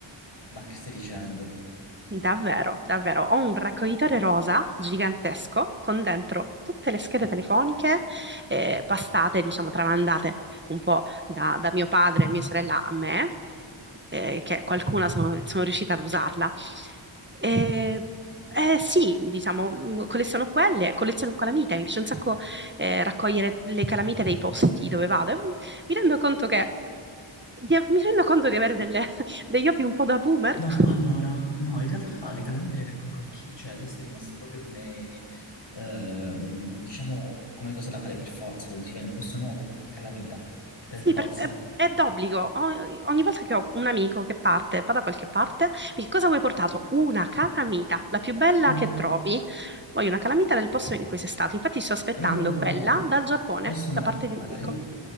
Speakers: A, on the left; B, on the right.
A: Ma che stai dicendo?
B: Davvero, davvero. Ho un raccoglitore rosa gigantesco con dentro tutte le schede telefoniche eh, passate, diciamo, tramandate un po' da, da mio padre e mia sorella a me, eh, che qualcuna sono, sono riuscita ad usarla. Eh, eh, sì, diciamo, mh, colleziono quelle, colleziono calamite, mi piace un sacco eh, raccogliere le calamite dei posti dove vado. E, mh, Mi rendo conto che, di, mi rendo conto di avere delle- <laughs> degli hobby un po' da boomer.
A: No,
B: <laughs>
A: allora, no, in realtà le calamite le raccolgo anch'io, cioè adesso è rimasto proprio come, ehm, diciamo, co- come cosa da fare per forza, quando si va in un posto nuovo, calamita, per
B: Sì,
A: forza.
B: per- è, è d'obbligo. O- Ogni volta che ho un amico che parte, va da qualche parte, mi dice, cosa vuoi portato? Una calamita, la più bella
A: Mm,
B: che trovi. Voglio una calamita del posto in cui sei stato. Infatti sto aspettando
A: E io
B: quella
A: no,
B: dal Giappone,
A: questo no,
B: da parte di
A: allora
B: un amico.
A: io,